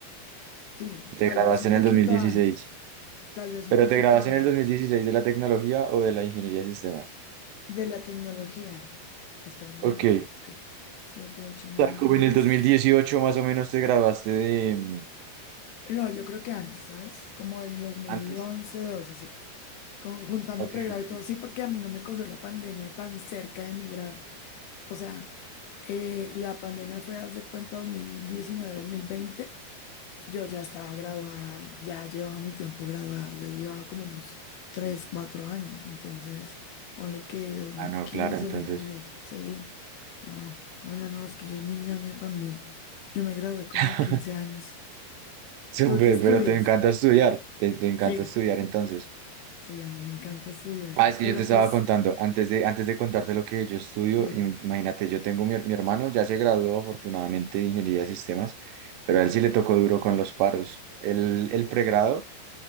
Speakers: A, on the left; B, on the right.
A: Sí,
B: Te
A: tal
B: graduaste
A: vez un
B: en
A: poquito
B: el dos mil dieciséis
A: antes, tal vez
B: ¿Pero
A: un poquito
B: te graduaste
A: antes
B: en el dos mil dieciséis de la tecnología o de la ingeniería de sistemas?
A: de la tecnología. Espérame,
B: Ok.
A: es que es 7, 8,
B: O
A: 9,
B: sea, como
A: 10.
B: en el dos mil dieciocho más o menos te graduaste de... mm,
A: No, yo creo que antes, ¿sabes? Como el 2011,
B: ¿Antes?
A: 12, sí. Con- juntando
B: Ok,
A: pregrado
B: ok.
A: y todo, sí, porque a mí no me cogió la pandemia tan cerca de mi grado. O sea, eh, la pandemia fue, haz de cuenta, 2019, 2020. Yo ya estaba graduada, ya llevaba mi tiempo graduada, ya llevaba como unos 3 4 años, entonces ponle que dos dos mil
B: Ah, no,
A: quince
B: claro, entonces.
A: dos mil dieciséis sí, no, no, no, no, es que yo soy muy ñoña también, yo me gradué como
B: <laughs>
A: de 15 años,
B: Súper,
A: ¿tú qué estudias?
B: pero te encanta estudiar. te te encanta
A: Sí,
B: estudiar entonces.
A: sí, a mí me encanta estudiar,
B: Ah, es que
A: pero
B: yo te estaba
A: pues,
B: contando, antes de, antes de contarte lo que yo estudio,
A: sí,
B: im- imagínate, yo tengo mi, mi hermano, ya se graduó afortunadamente de ingeniería de sistemas, pero
A: ajá,
B: a él sí le tocó duro con los paros. El, el pregrado,